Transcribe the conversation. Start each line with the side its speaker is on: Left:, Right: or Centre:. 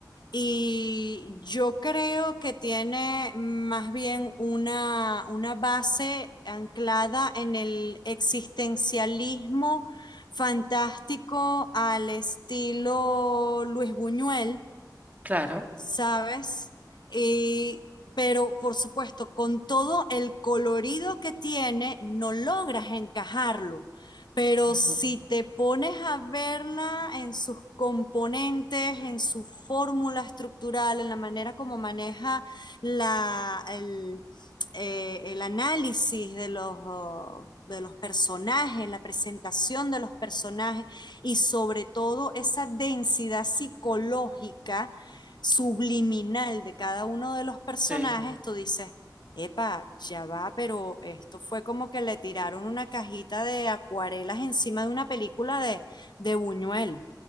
Left: Y yo creo que tiene más bien una, una base anclada en el existencialismo fantástico al estilo Luis Buñuel
Right: Claro.
Left: ¿sabes? Y, pero por supuesto, con todo el colorido que tiene, no logras encajarlo. Pero
Right: Ujú.
Left: si te pones a verla en sus componentes, en su fórmula estructural, en la manera como maneja la, el, eh, el análisis de los, oh, de los personajes, la presentación de los personajes y sobre todo esa densidad psicológica subliminal de cada uno de los personajes,
Right: Sí,
Left: tú dices, epa, ya va, pero esto fue como que le tiraron una cajita de acuarelas encima de una película de, de Buñuel.